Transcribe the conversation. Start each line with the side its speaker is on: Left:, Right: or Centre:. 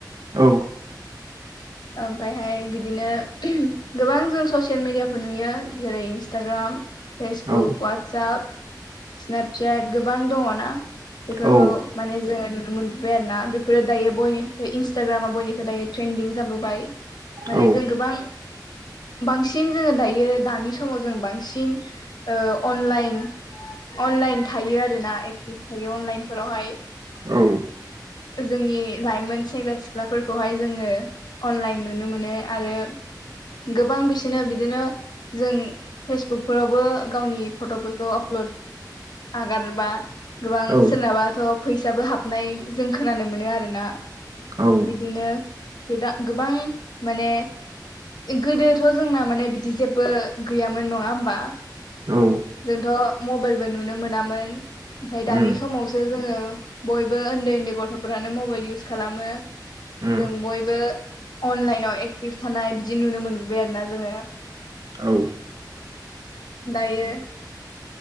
Right: औ।
Left: <inaudible> ओमफायहाय बिदिनो गोबां जों ससियेल मेडियाफोर नुयो। जेरै इन्सटाग्राम, फेसबुक,
Right: औ
Left: वाटसाप, स्नेपचेट गोबां दङ' ना। बेफोरखौ
Right: औ
Left: माने जोङो नुनो मोन बाय आरो ना। बेफोरो दायो बयनिफ्राय इन्स्टाग्रामा बयनिफ्राय दायो ट्रेन्दिं जाबोबाय। माने
Right: औ
Left: जों गोबां बांसिन जोङो दायो दानि समाव जों बांसिन ओ अनलाइन अनलाइन थायो आरो ना एक्टिभ थायो अनलाइनफोरावहाय।
Right: औ।
Left: जोंनि लाइमोन सेंग्रा सिख्लाफोरखौहाय जोङो अनलाइन नुनो मोनो। आरो गोबां बिसोनो बिदिनो जों फेसबुकफोरावबो गावनि फट'फोरखौ आपल'ड आगारबा गोबां
Right: औ
Left: सोरनाबाथ' फैसाबो हाबनाय जों खोनानो मोनो आरो ना।
Right: औ
Left: बिदिनो गोदा गोबां माने गोदोथ' जोंना माने बिदि जेबो गैयामोन नङा होमबा।
Right: औ।
Left: जोंथ' मबेलबो नुनो मोनामोन। ओमफाय दानि
Right: उम
Left: समावसो जोङो बयबो उन्दै उन्दै गथ'फ्रानो मबेल इउस खालामो।
Right: उम
Left: जों बयबो अनलाइनाव एक्टिभ थानाय बिदि नुनो मोनबोबाय आरो ना जोङो।
Right: औ।
Left: दायो